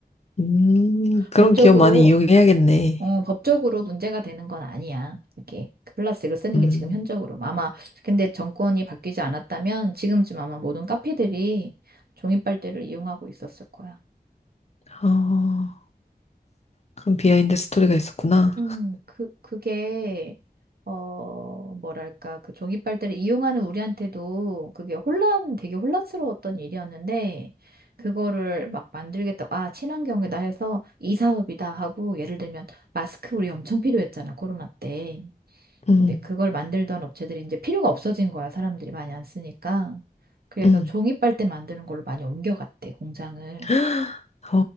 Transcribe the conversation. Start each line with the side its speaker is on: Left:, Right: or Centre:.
Left: 음, 그런
Right: 법적으로,
Left: 기업 많이 이용해야겠네.
Right: 어, 법적으로 문제가 되는 건 아니야. 이게 그 플라스틱을 쓰는
Left: 음,
Right: 게 지금 현적으로. 아마, 근데 정권이 바뀌지 않았다면 지금쯤 아마 모든 카페들이 종이빨대를 이용하고 있었을 거야.
Left: 아, 그런 비하인드 스토리가 있었구나.
Right: 음, 그, 그게, 어, 뭐랄까, 그 종이 빨대를 이용하는 우리한테도 그게 혼란, 되게 혼란스러웠던 일이었는데, 그거를 막 만들겠다고, 아, 친환경이다 해서 이 사업이다 하고, 예를 들면, 마스크 우리 엄청 필요했잖아, 코로나 때.
Left: 음,
Right: 근데 그걸 만들던 업체들이 이제 필요가 없어진 거야, 사람들이 많이 안 쓰니까. 그래서
Left: 음,
Right: 종이 빨대 만드는 걸로 많이 옮겨갔대, 공장을.
Left: <gasps> 어,